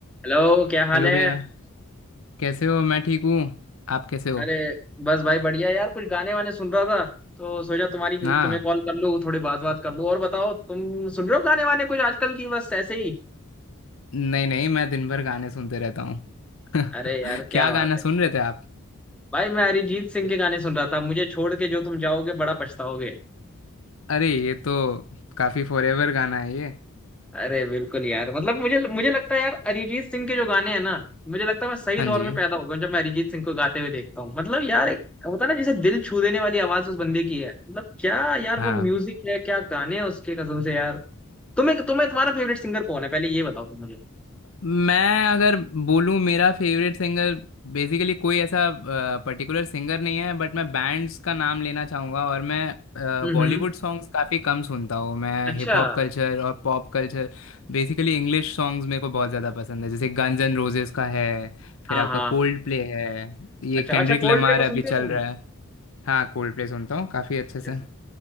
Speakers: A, in the centre; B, on the left.
A: Hello क्या हाल
B: Hello
A: है
B: भैया कैसे हो मैं ठीक हूँ आप कैसे हो
A: अरे बस भाई बढ़िया यार कुछ गाने वाने सुन रहा था तो सोचा तुम्हारी
B: हाँ
A: तुम्हें कॉल कर लूँ थोड़ी बात बात कर लूँ और बताओ तुम सुन रहे हो गाने वाने कुछ आजकल की बस ऐसे ही
B: नहीं नहीं मैं दिन भर गाने सुनते रहता हूँ
A: अरे
B: <laughs>
A: यार क्या
B: क्या
A: बात
B: गाना
A: है
B: सुन रहे थे आप
A: भाई मैं अरिजीत सिंह के गाने सुन रहा था मुझे छोड़ के जो तुम जाओगे बड़ा पछताओगे
B: अरे ये तो काफ़ी फॉरेवर गाना है ये
A: अरे बिल्कुल यार मतलब मुझे मुझे लगता है यार अरिजीत सिंह के जो गाने हैं ना मुझे लगता है मैं सही
B: हाँ
A: दौर
B: जी
A: में पैदा हो गया हूं जब मैं अरिजीत सिंह को गाते हुए देखता हूँ मतलब यार एक होता है ना जैसे दिल छू देने वाली आवाज उस बंदे की है मतलब क्या यार
B: हाँ
A: वो म्यूजिक है क्या गाने हैं उसके कसम से यार तुम्हें तुम्हें तुम्हारा फेवरेट सिंगर कौन है पहले ये बताओ तुम मुझे
B: मैं अगर बोलूँ मेरा फेवरेट सिंगर बेसिकली कोई ऐसा पर्टिकुलर सिंगर नहीं है बट मैं बैंड्स का नाम लेना चाहूँगा और मैं
A: हम्म
B: बॉलीवुड
A: हम्म,
B: सॉन्ग्स काफ़ी कम सुनता हूँ मैं
A: अच्छा
B: हिप हॉप कल्चर और pop culture basically English songs मेरे को बहुत ज़्यादा पसंद है जैसे गन्स एंड रोजेस का है फिर
A: हाँ
B: आपका
A: हाँ
B: कोल्ड प्ले है ये
A: अच्छा
B: केंड्रिक
A: अच्छा कोल्ड
B: लमार
A: प्ले को
B: अभी
A: सुनते
B: चल
A: हो तुम
B: रहा है हाँ कोल्ड प्ले सुनता हूँ काफ़ी अच्छे
A: अच्छा
B: से
A: से